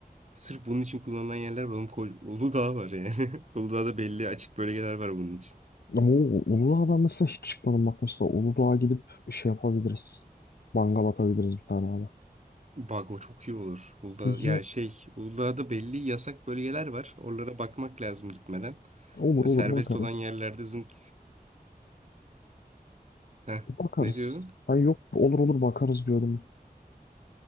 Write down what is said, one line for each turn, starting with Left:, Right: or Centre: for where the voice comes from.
Right: Sırf bunun için kullanılan yerler var. Oğlum koca, Uludağ var yani. <laughs> Uludağ'da belli açık bölgeler var bunun için.
Left: Ama o Uludağ'a ben mesela hiç çıkmadım bak mesela Uludağ'a gidip şey yapabiliriz. Mangal atabiliriz bir tane abi.
Right: Bak o çok iyi olur. Uludağ,
Left: Peki
Right: yani şey Uludağ'da belli yasak bölgeler var. Oralara bakmak lazım gitmeden.
Left: olur
Right: Böyle
Left: olur
Right: serbest
Left: bakarız.
Right: olan yerlerde zınk. Heh,
Left: Bakarız.
Right: ne diyordun?
Left: Ha yok olur olur bakarız diyorum.